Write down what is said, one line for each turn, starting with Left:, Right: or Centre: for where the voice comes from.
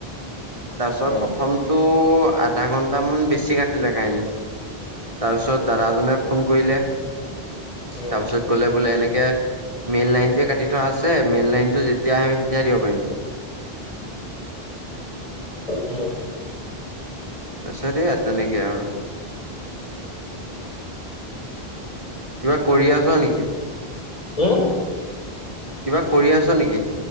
Right: তাৰপিছত
Left: উম।
Right: প্ৰথমটো আধা ঘন্টামান বেছি কাটিলে কাৰেণ্ট। তাৰপিছত দাদাজনে ফোন কৰিলে,
Left: উম,
Right: তাৰপিছত কলে বোলে এনেকে মেইল লাইনটোৱে কাটি থোৱা আছে, মেইল লাইনতটো যেতিয়া আমি যেতিয়া দিব পাৰিম।
Left: উম।
Right: আছো দিয়া তেনেকে আৰু। কিবা কৰি আছ নেকি?
Left: উম?
Right: কিবা কৰি আছ নেকি?